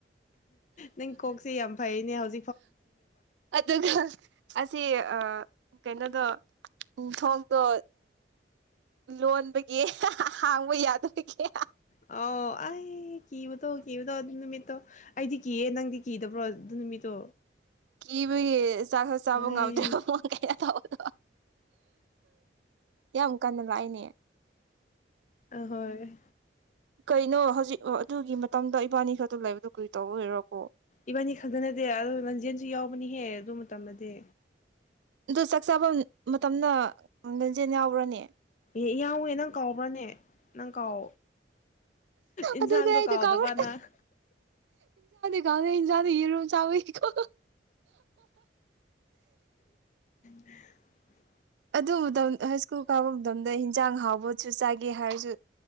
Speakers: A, on the left; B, on the right.
A: ꯅꯪ ꯀꯣꯛꯁꯦ ꯌꯥꯝ ꯐꯩꯅꯦ ꯍꯧꯖꯤꯛ
B: ꯑꯗꯨꯒ ꯑꯁꯤ ꯀꯩꯅꯣꯗꯣ ꯌꯊꯣꯡꯗꯣ ꯂꯣꯟꯕꯒꯤ ꯍꯥꯡꯕ ꯌꯥꯗꯕꯒꯤ
A: ꯑꯧ ꯑꯩ ꯀꯤꯕꯗꯣ ꯀꯤꯕꯗꯣ ꯑꯗꯨ ꯅꯨꯃꯤꯠꯇꯣ ꯑꯩꯗꯤ ꯀꯤꯌꯦ ꯅꯪꯗꯤ ꯀꯤꯗꯕ꯭ꯔꯣ ꯑꯗꯨ ꯅꯨꯃꯤꯠꯇꯣ
B: ꯀꯤꯕꯒꯤ ꯆꯥꯛꯈ ꯆꯥꯕ
A: ꯑꯩ
B: ꯉꯝꯗ꯭ꯔꯦ ꯃꯡ ꯀꯌꯥ ꯇꯧꯕꯗꯣ ꯌꯥꯝ ꯀꯟꯅ ꯄꯥꯏꯅꯦ
A: ꯍꯣꯏ
B: ꯀꯩꯅꯣ ꯍꯧꯖꯤꯛ ꯑꯗꯨꯒꯤ ꯃꯇꯝꯗ ꯏꯕꯥꯅꯤ ꯈꯔꯗ ꯂꯩꯕꯗꯣ ꯀꯔꯤ ꯇꯧꯕ ꯑꯣꯏꯔꯣꯀꯣ
A: ꯏꯕꯥꯅꯤ ꯈꯛꯇ ꯅꯠꯇꯦ ꯑꯗ ꯂꯟꯖꯦꯟꯁꯨ ꯌꯥꯎꯕꯅꯤꯍꯦ ꯑꯗꯨ ꯃꯇꯝꯗꯗꯤ
B: ꯑꯗꯨ ꯆꯥꯛ ꯆꯥꯕ ꯃꯇꯝꯅ ꯂꯦꯟꯖꯦꯟ ꯌꯥꯎꯕ꯭ꯔꯅꯦ
A: ꯑꯦ ꯌꯥꯎꯋꯦ ꯅꯪ ꯀꯥꯎꯕ꯭ꯔꯅꯦ ꯅꯪ ꯀꯥꯎ ꯏꯟꯁꯥꯡꯗꯣ
B: ꯑꯗꯨꯅꯦ ꯑꯩꯗꯤ
A: ꯀꯥꯎꯗꯕ
B: ꯀꯥꯎꯔꯦ
A: ꯅꯪ
B: ꯀꯖ ꯌꯦꯔꯨꯝ ꯆꯥꯕꯏꯀꯣ
A: ꯎ
B: ꯑꯗꯨ ꯃꯇꯝ ꯍꯥꯏ ꯁ꯭ꯀꯨꯜ ꯀꯥꯕ ꯃꯇꯝꯗ ꯍꯟꯖꯥꯡ ꯍꯥꯎꯕꯣꯠꯁꯨ ꯆꯥꯒꯦ ꯍꯥꯏꯔꯁꯨ